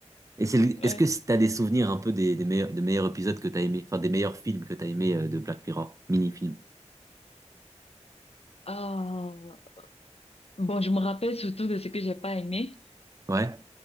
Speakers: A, on the right; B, on the left.
A: Et c'est le-
B: Ouais.
A: est-ce que si t'as des souvenirs un peu des, des meilleurs, des meilleurs épisodes que t'as aimé, enfin des meilleurs films que t'as aimé euh, de Black Mirror, mini-film?
B: Ah, bon, je me rappelle surtout de ce que j'ai pas aimé.
A: Ouais.